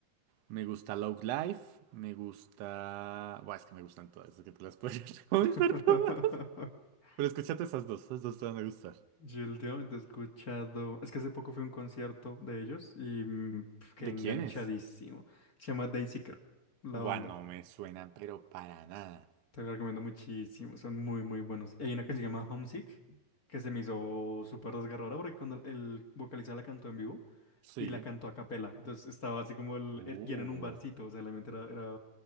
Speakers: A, on the right; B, on the left.
A: Me gusta Love Life, me gusta... Buah, es que me gustan todas, es que te las puedo <laughs> recomendar
B: <laughs>
A: todas. Pero escúchate esas dos, esas dos te van a gustar.
B: Yo últimamente he escuchado... Es que hace poco fui a un concierto de ellos y mm, pf, quedé
A: ¿De
B: enganchadísimo.
A: quién es?
B: Se llama Daisy Girl, la
A: Buah,
B: banda.
A: no me suena, pero para nada.
B: Te lo recomiendo muchísimo, son muy, muy buenos. Y Hay una canción que se llama Homesick, que se me hizo súper desgarradora porque cuando el vocalista la cantó en vivo
A: Sí.
B: y la cantó a capela, entonces estaba así como el,
A: Uh.
B: er- y era en un barcito, o sea, realmente era, era